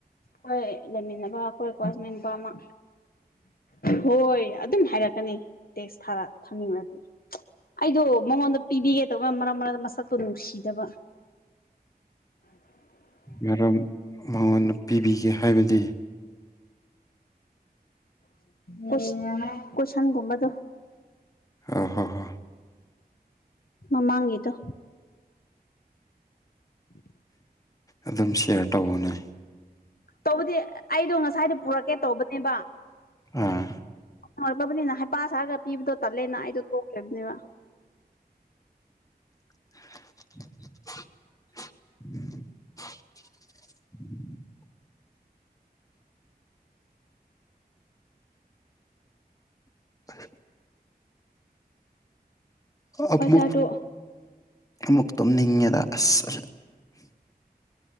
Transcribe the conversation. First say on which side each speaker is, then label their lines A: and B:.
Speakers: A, on the left; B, on the left.
A: ꯍꯣꯏ ꯂꯩꯃꯤꯟꯅꯕ ꯑꯩꯈꯣꯏ ꯀ꯭ꯋꯥꯆꯃ ꯅꯨꯄꯥ ꯑꯃ ꯍꯣꯏ ꯑꯗꯨꯝ ꯍꯥꯏꯔꯛꯀꯅꯤ ꯇꯦꯛꯁ ꯊꯥꯔ ꯊꯝꯅꯤꯡꯉꯒ ꯑꯩꯗꯣ ꯃꯉꯣꯟꯗ ꯄꯤꯕꯤꯒꯦꯗꯕ ꯃꯔꯛ ꯃꯔꯛꯇ ꯃꯁꯛꯇꯣ ꯅꯨꯡꯁꯤꯗꯕ
B: ꯃꯔꯝ ꯃꯉꯣꯟꯗ ꯄꯤꯕꯤꯒꯦ ꯍꯥꯏꯕꯗꯤ
A: ꯀ ꯀꯁꯟꯒꯨꯝꯕꯗꯨꯣ
B: ꯍ ꯍꯣ ꯍꯣ
A: ꯃꯃꯥꯡꯒꯤꯗꯣ ꯎꯝ
B: ꯑꯗꯨꯝ ꯁꯤꯌꯥꯔ ꯇꯧꯕꯅꯦ
A: ꯇꯧꯕꯗꯤ ꯑꯩꯗꯣ ꯉꯁꯥꯏꯗꯤ ꯄꯨꯔꯛꯀꯦ ꯇꯧꯕꯅꯦꯕ
B: ꯑꯥ
A: ꯑꯣꯏꯔꯛꯛꯇꯕꯅꯤꯅ ꯍꯥꯏꯄꯥ ꯁꯥꯔꯒ ꯄꯤꯕꯗꯣ ꯇꯜꯂꯦꯅ ꯑꯩꯗꯣ ꯇꯣꯛꯕꯅꯦꯕ
B: <inaudible> <inaudible> <inaudible> ꯑꯞꯃ
A: ꯍꯣꯏ ꯁꯥꯔꯗꯣ
B: ꯑꯃꯨꯛ ꯇꯨꯝꯅꯤꯡꯉꯦꯗ ꯑꯁ ꯑꯁ